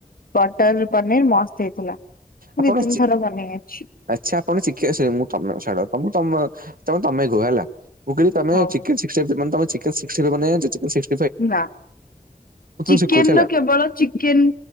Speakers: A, on the left; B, on the right.
A: ବଟର ପନିର ମସ୍ତ ହେଇଥିଲା। ମୁଁ
B: ଆପଣ
A: ଦି ତିନି
B: ଇଚ୍ଛା
A: ଥର ବନେଇ ଅଛି
B: ଆଚ୍ଛା ଆପଣ ଚିକେନ ଏ ସେ ମୁଁ ତମେ ଛାଡ। ତମକୁ-ତମେ-ତମେ-ତମେ କୁହ ହେଲା। ମୁଁ କହିଲି ତମେ
A: ହଉ
B: ଚିକେନ ସିକ୍ସଟି ଫାଇବ୍ ମାନେ ତମେ ଚିକେନ ସିକ୍ସଟି ଫାଇଭ ବନେଇ ଜାଣିଛ? ଚିକେନ ସିକ୍ସ
A: ନା। ଚିକେନ
B: ଶିଖୁଛି ହେଲା
A: ର କେବଳ ଚିକେନ